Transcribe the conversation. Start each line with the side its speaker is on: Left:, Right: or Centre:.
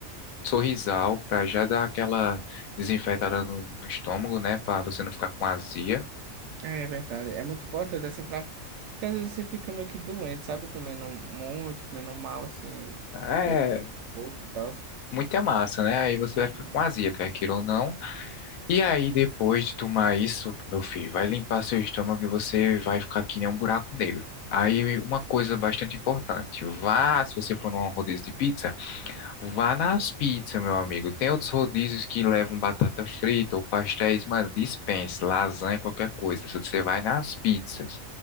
Left: sorrisal pra já dar aquela desinfetada no, no estômago, né? Pra você não ficar com azia.
Right: É verdade, é muito importante, assim, pra... Porque às vezes você fica meio que doente, sabe? Comendo muito, comendo mal, assim,
Left: É,
Right: meio que pouco e tal.
Left: muita massa, né? Aí você
Right: Uhum.
Left: vai ficar com azia, quer queira ou não. E aí, depois de tomar isso, meu filho, vai limpar seu estômago e você vai ficar que nem um buraco negro. Aí, uma coisa bastante importante, vá, se você for num rodízio de pizza, vá nas pizzas, meu amigo. Tem outros rodízios que levam batata frita ou pastéis, mano, dispense, lasanha, qualquer coisa. Só que Você vai nas pizzas,